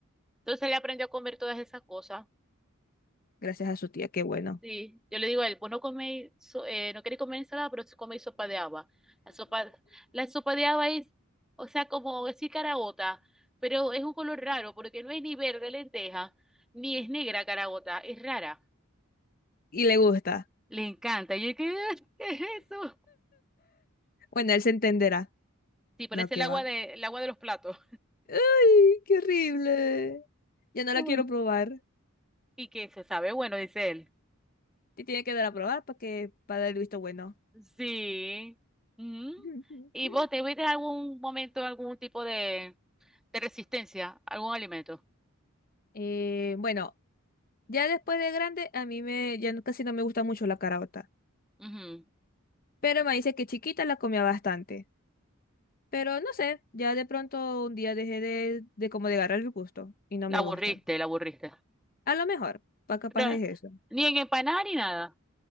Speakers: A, in the centre; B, on the left (about 45°).
A: Entonces le aprendió a comer todas esas cosas.
B: Gracias a su tía, qué bueno.
A: Sí, yo le digo a él, pues no coméis, so- eh, no queréis comer ensalada, pero sí coméis sopa de haba. La sopa, la sopa de haba es, o sea, como decir caraota, pero es un color raro, porque no es ni verde lenteja, ni es negra caraota, es rara.
B: Y le gusta.
A: Le encanta. Y yo, ¿qué, qué es eso?
B: Bueno, él se entenderá.
A: Sí, parece
B: No, que
A: el agua
B: va.
A: de, el agua de los platos.
B: ¡Ay, qué horrible! Ya no
A: Mm.
B: la quiero
A: <laughs>
B: probar.
A: Y que se sabe, bueno, dice él.
B: Te tiene que dar a probar para que para dar el visto bueno.
A: Sí. Ujú.
B: <laughs>
A: ¿Y vos te viste algún momento algún tipo de, de resistencia, algún alimento?
B: Eh, bueno, Ya después de grande, a mí me, ya no- casi no me gusta mucho la caraota.
A: Ujú.
B: Pero me dice que chiquita la comía bastante. Pero no sé, ya de pronto un día dejé de, de como de agarrar el gusto y no
A: La
B: me
A: aburriste,
B: gusta.
A: la aburriste.
B: A lo mejor, pa capaz
A: Pero
B: es eso.
A: ni en empanada ni nada.